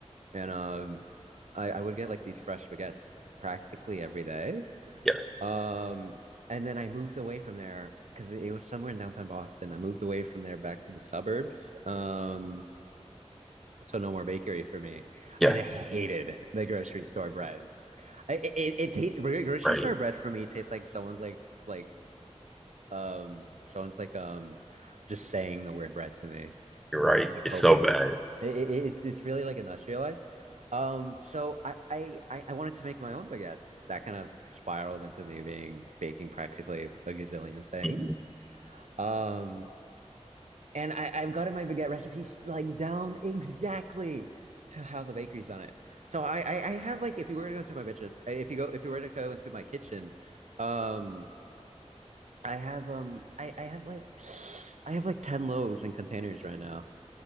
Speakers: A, on the right (about 80°); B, in the centre.
A: and um I I would get like these fresh baguettes practically every day
B: Yeah,
A: um and then I moved away from there because it was somewhere in downtown Boston I moved away from there back to the suburbs um so no more bakery for me.
B: yeah,
A: And I hated the grocery store breads. I, it it, it tastes grocery
B: right.
A: store bread for me tastes like someone's like like um someone's like um just saying the word bread to me. I'm
B: You're right.
A: like
B: It's
A: hoping
B: so bad.
A: it, it, it's it's really like industrialized. Um, so I, I I I wanted to make my own baguettes. That kind of spiraled into me being baking practically a gazillion things.
B: Mhm.
A: Um, and I, I've gotten my baguette recipes like down exactly to how the bakery's done it. So I, I, I have like if you were to go into my kitchen, if you go if you were to go into my kitchen, um, I have um I, I have like I have like ten loaves in containers right now.